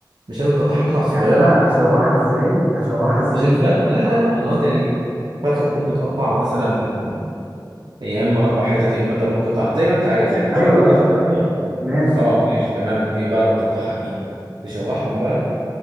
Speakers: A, on the right (about 70°); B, on the right (about 25°).
A: مش لازم تقطعها قطع صغيرة
B: يعني انا هشوحها ازاي هشوحها ازاي
A: مش
B: من
A: الفرق
B: غير ما
A: لا
B: اقطعها
A: لا لا أنا قصدي يعني فرخة تكون متقطعة مثلا يا إما أربع حتت يا إما تمن قطع زي ما أنت عايز يعني مش
B: ايوه
A: قصدي قطع
B: ايوه ايوه
A: صغيرة
B: ماشي
A: أه ماشي تمام أوكي بعد ما تقطعها أكيد تشوحهم بقى